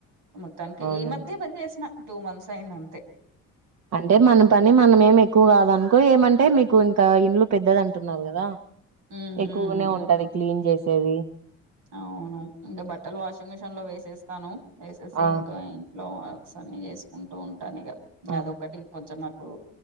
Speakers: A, on the right (about 75°); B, on the right (about 55°).
A: మొత్తానికి
B: అవునా?
A: ఈ మధ్యే బన్ చేసిన టూ మంత్స్ అయిందంతే
B: అంటే మన పని మనం ఏం ఎక్కువ కాదన్ కో ఏమన్ టే మీకు ఇంకా ఇండ్లు పెద్దద అంటున్నారు గదా
A: ఉమ్
B: ఎక్కువగానే
A: ఉమ్
B: ఉంటది క్లీన్ చేస్ ఏది ఇ
A: అవును మ్ ఇంగ బట్టలు వాషింగ్ మిషిన్లో వేసేస్తాను వేసేసి
B: ఆ
A: ఇంక ఇన్ లో వర్క్స్ అన్ని చేసుకుంటూ ఉంటాను ఇగ
B: ఆహా
A: అదొక్కటి కొంచెం నక్ ఓ